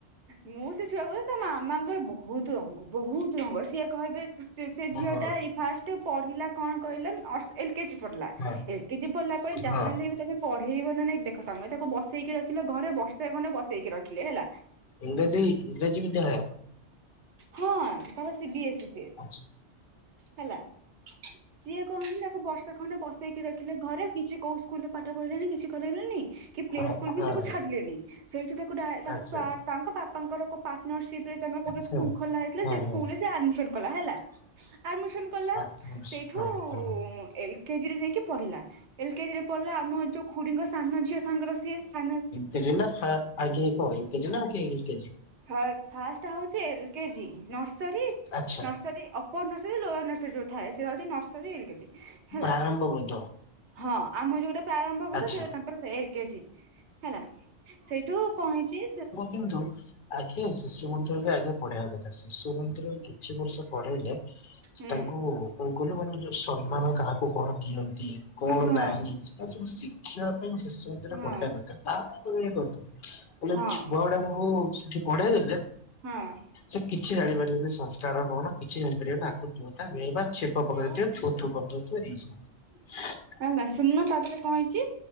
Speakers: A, on the right; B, on the left.
A: ମୁଁ ସେ ଛୁଆ କ <unintelligible> ତା ମାମାଙ୍କର ବହୁତ ରଙ୍ଗ ବହୁତ ରଙ୍ଗ ସିଏ କହିବେ। ସେ ସେ ଝିଅ
B: ଓହୋ
A: ଟା ଏଇ ଫାର୍ଷ୍ଟ ପଢ଼ିଲା କଣ କହିଲେ ଅସ ଏଲ ଏଲ କେ ଜି ପଢ଼ିଲା
B: ହଁ
A: ଏଲ କେ ଜି ପଢ଼ିଲା ପରେ ଯାହା
B: ହଁ
A: ହେଲେ ବି ତମେ ପଢ଼େଇବ ନା ନାଇ ଦେ ଦେଖ ତାକୁ ତମେ ତାକୁ ବସେଇକି ରଖିଲ ଘରେ ବର୍ଷେ ଖଣ୍ଡେ ବସେଇକି ରଖିଲେ ହେଲା।
B: ଇଂରେଜୀ ଇଂରାଜୀ ବିଦ୍ୟାଳୟ।
A: ହଁ ତାର ସି ବି ଏସ୍। ସିଏ
B: ଆଚ୍ଛ
A: ହେଲା ସିଏ କଣ ହେଲା ଆକୁ ବର୍ଷ ଖଣ୍ଡେ ବସେଇକି ରଖିଲେ ଘରେ କିଛି କୋଉ ସ୍କୁଲ ରେ ପାଠ ପଢ଼ିଲେନି କିଛି କରେଇଲେନି କି ପ୍ଲେ
B: ହଁ
A: ସ୍କୁଲ
B: ହଁ
A: ବି ତାକୁ
B: ହଁ
A: ଛାଡ଼ିଲେନି। ସେଇଠୁ ତାକୁ ଡା ତାକୁ
B: ଆଚ୍ଛା
A: କା ତାଙ୍କ ବାପାଙ୍କର କ ପାର୍ଟନରସିପ ରେ ତାଙ୍କର ଗୋଟେ ସ୍କୁଲ
B: ହଁ
A: ଖୋଲା ହେଇଥିଲା
B: ହଁ
A: ସେ ସ୍କୁଲ
B: ହଁ
A: ରେ ସେ ଆଡମିସନ୍ କଲା ହେଲା ଆଡମିସନ୍ କଲା
B: ଆଚ୍ଛା
A: ସେଠୁ
B: ହଁ
A: ଏଲ
B: ହଁ ହଁ
A: ଏଲକେଜି ଯାଇକି ପଢ଼ିଲା ଏଲ କେଜି ରେ ପଢ଼ିଲା, ଆମ ଯୋଉ ଖୁଡ଼ିଙ୍କ ସାନ ଝିଅ ସାଙ୍ଗର ସିଏ ସାନ
B: କେଜି ନା ଫା ଆଗେ କଣ ଏଲକେଜି ନା ୟୁ କେଜି?
A: ଫାଷ୍ଟ ହଉଛି ଏଲ କେଜି ନର୍ସରୀ
B: ଆଚ୍ଛା
A: ନର୍ସରୀ ପୋରନର୍ସରୀ ଲୋୟଲ ନର୍ସରୀ ଯୋଉ ଥାଏ ସେଟା ହେଉଛି ନର୍ସରୀ, ଏଲ୍ କେଜି। ହେଲା
B: ପ୍ରାରମ୍ଭ ବୋଧ
A: ହଁ ଆମ ଯୋଉଟା ପ୍ରାରମ୍ଭ ବୋଧ
B: ଆଚ୍ଛା
A: ସେଟା ତାଙ୍କର ସେ ଏଲ କେଜି। ହେଲା ସେଇଠୁ କଣ ହେଇଚି।
B: କୁହନ୍ତୁ? ଆଜ୍ଞା ଶିଶୁ ମନ୍ଦିରରେ ଆଗେ ପଢ଼େଇବା କଥା ଶିଶୁ ମନ୍ଦିରରେ କିଛି ବର୍ଷ ପଢ଼େଇଲେ
A: ହୁଁ
B: ତାଙ୍କୁ କଣ କହିଲ ମାନ ଯୋଉ ସମ୍ମାନ କାହାକୁ କଣ ଦିଅନ୍ତି କଣ
A: ହଁ
B: ନାହିଁ। ତା ସବୁ ଶିକ୍ଷିବା ପାଇଁ ଶିଶୁମନ୍ଦିର
A: ହଁ
B: ପଠେଇବା ଦରକାର ତା ପାଇଁ କ କରୁଥ ହେଲେ
A: ହଁ
B: ଛୁଆ ଗୁଡ଼ାଙ୍କୁ ସେଠି ପଢ଼େଇ ଦେଲେ
A: ହଁ
B: ସେ କିଛି ଜାଣିପାରିବେନି ସଂସ୍କାର କଣ? କିଛି ଜାଣିପାରିବ ନାକୁ ତୁ ତା ଭେଁ ଭାଁ ଛେପ
A: ହଁ
B: ପକେଇ ଦଉଥିବେ, ଥୁ ଥୁ କରିଦଉଥିବେ ଏଇସବୁ।
A: ନା ନା ଶୁଣୁନ ତାପରେ କଣ ହେଇଛି